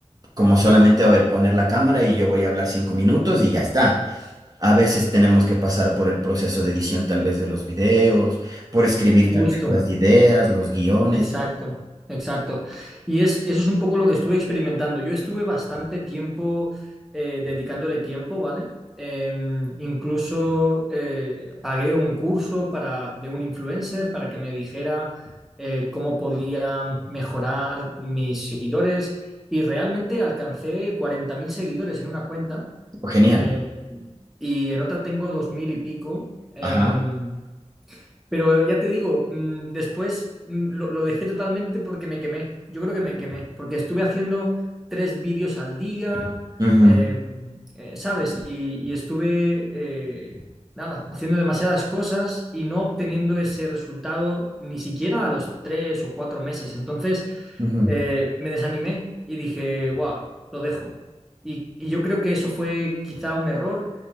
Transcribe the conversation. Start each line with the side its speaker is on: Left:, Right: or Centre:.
Right: como solamente a ver, poner la cámara y yo voy a hablar cinco minutos y ya está. A veces tenemos que pasar por el proceso de edición tal vez de los videos, por escribir
Centre: justo.
Right: tal vez las ideas, los guiones.
Centre: Exacto, exacto. Y es, eso es un poco lo que estuve experimentando. Yo estuve bastante tiempo eh, dedicándole tiempo, ¿vale? Eh, incluso eh, pagué un curso para, de un influencer para que me dijera eh, cómo podía mejorar mis seguidores y realmente alcancé 40.000 seguidores en una cuenta
Right: Genial.
Centre: eh, y en otra tengo 2.000 y pico. em,
Right: Ajá.
Centre: pero ya te digo, mm, después mm, lo, lo dejé totalmente porque me quemé. Yo creo que me quemé, porque estuve haciendo tres vídeos al día,
Right: Ujú,
Centre: eh, eh, ¿sabes? Y, y estuve, eh, nada, haciendo demasiadas cosas y no obteniendo ese resultado ni siquiera a los tres o cuatro meses. Entonces,
Right: ujú,
Centre: eh, me desanimé y dije, guau, lo dejo. Y, y yo creo que eso fue quizá un error